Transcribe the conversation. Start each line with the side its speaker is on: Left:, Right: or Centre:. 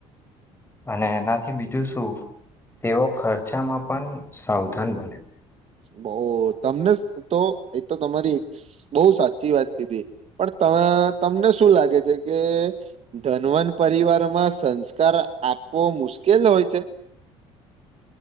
Left: અને એનાથી બીજું શું તેઓ ખર્ચામાં પણ સાવધાન બને
Right: બઉ તમને તો એતો તમારી બહુ સાચી વાત કીધી પણ તમને શું લાગે છે કે ધનવન પરિવારમાં સંસ્કાર આપવો મુશ્કેલ હોય છે